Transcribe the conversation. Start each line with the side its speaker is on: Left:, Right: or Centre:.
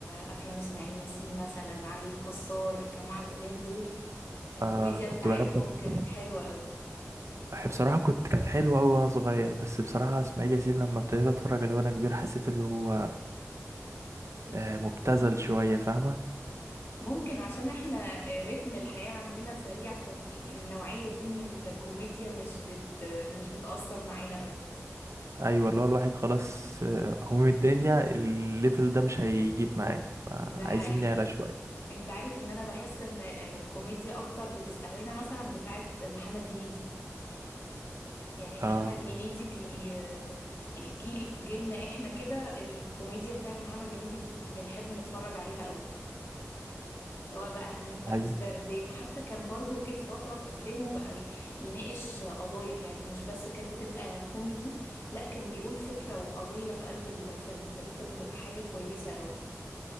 Left: افلام اسماعيل ياسين مثلا علي الكسار الجماعة القدام دول الكوميديا
Right: آه
Left: بتاعتهم
Right: كنت بحب أسمع
Left: كانت حلوة قوي
Right: أح- بصراحة كنت كانت حلوة أوي وأنا صغير بس بصراحة إسماعيل ياسين لما ابتديت أتفرج عليه وأنا كبير حسيت اللي هو آه مبتذل شوية فاهمة
Left: ممكن عشان احنا آه، رتم الحياة عندنا سريع فالنوعية دي من الكوميديا مش بت مش بتأثر معانا قوي
Right: أيوة اللي هو الواحد خلاص آه هموم الدنيا الليفل ده مش هيجيب معاه
Left: ده
Right: عايزين
Left: حقيقي
Right: نعلى شوية
Left: انت عارف ان انا بحس ان الكوميديا اكتر بتستهوينا مثلا بتاعت محمد هنيدي يعني
Right: اه
Left: محمد هنيدي بي الجيل جيلنا احنا كده الكوميديا بتاعت محمد هنيدي بت- بنحب نتفرج عليها قوي سواء بقى همام في امستردام
Right: أيوة.
Left: حتى كان برضو جه في فترة في افلامه بقى ي- يناقش قضايا يعني مش بس كانت بتبقى كوميدي لا كان بيقول فكرة وقضية في قلب الفيلم فدي كانت بتبقى حاجة كويسة قوي